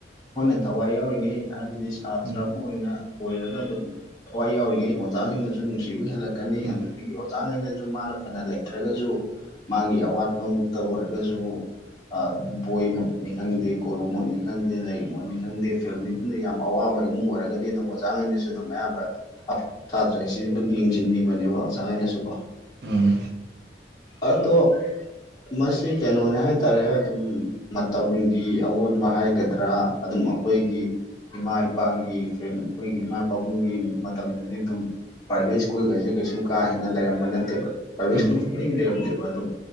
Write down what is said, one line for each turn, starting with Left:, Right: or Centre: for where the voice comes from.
Left: ꯍꯣꯏꯅ ꯊꯋꯥꯏ ꯌꯥꯎꯔꯤꯉꯩ ꯍꯥꯏꯕꯗꯤ ꯁꯥꯇ꯭ꯔꯥ
Right: ꯎꯝ
Left: ꯑꯃ ꯑꯣꯏꯅ ꯑꯣꯏꯔꯒ ꯗꯨꯝ ꯊꯋꯥꯏ ꯌꯥꯎꯔꯤꯉꯩ ꯑꯣꯖꯥꯁꯤꯡꯅꯁꯨ ꯅꯨꯡꯁꯤꯕ ꯍꯦꯜꯂꯛ- ꯀꯅꯤ
Right: ꯎꯝ
Left: ꯑꯗꯨꯗꯒꯤ ꯑꯣꯖꯥꯒꯩꯅꯁꯨ ꯃꯥꯅ ꯐꯅ ꯂꯩ- ꯇ꯭ꯔꯒꯁꯨ ꯃꯥꯒꯤ ꯑꯋꯥꯠꯄ ꯃꯨꯛꯇ ꯑꯣꯏꯔꯒꯁꯨ ꯑꯥ ꯕꯣꯏꯃꯛꯅꯤ ꯈꯪꯗꯦ ꯀꯣꯂꯣꯝꯃꯛꯅꯤ ꯈꯪꯗꯦ ꯂꯥꯏꯔꯤꯛꯃꯛꯅꯤ ꯈꯪꯗꯦ ꯐꯦꯃꯤꯂꯤꯗꯨꯅ ꯌꯥꯝ ꯑꯋꯥꯕ ꯏꯃꯨꯡ ꯑꯣꯏꯔꯒꯗꯤ ꯑꯗꯨꯝ ꯑꯣꯖꯥꯉꯩꯅꯁꯨ ꯑꯗꯨꯝ ꯑꯌꯥꯝꯕ ꯑꯐ ꯊꯥꯗ꯭ꯔꯦ ꯁꯤ ꯑꯗꯨꯝ ꯌꯦꯡꯁꯤꯟꯕꯤꯕꯅꯦꯕ ꯑꯣꯖꯥ ꯉꯩꯅꯁꯨꯀꯣ
Right: ꯎꯝ
Left: ꯑꯗꯣ ꯃꯁꯤ ꯀꯩꯅꯣꯅꯦ ꯍꯥꯏꯇꯥꯔꯦ ꯑꯗꯨꯝ ꯃꯇꯝꯒꯤ ꯑꯑꯣꯟꯕ ꯍꯥꯏꯒꯗ꯭ꯔꯥ ꯑꯗꯨꯝ ꯃꯈꯣꯏꯒꯤ ꯏꯃꯥ ꯏꯄꯥꯒꯤ ꯐ꯭ꯔꯦꯟ ꯑꯈꯣꯏꯒꯤ ꯏꯃꯥ ꯄꯥꯥꯕꯨꯡꯒꯤ ꯃꯇꯝꯗꯗꯤ ꯑꯗꯨꯝ ꯄ꯭ꯔꯥꯏꯚꯦꯠ ꯁ꯭ꯀꯨꯜꯒꯁꯦ ꯀꯩꯁꯨ ꯀꯥ ꯍꯦꯟꯅ ꯂꯩꯔꯝꯕ ꯅꯠꯇꯦꯕ ꯄ꯭ꯔꯥꯏꯚꯦꯠ
Right: ꯎꯝ
Left: ꯁ꯭ꯀꯨꯜ ꯁꯨꯡꯂꯩ ꯂꯩꯔꯝꯗꯦꯕ ꯑꯗꯨꯝ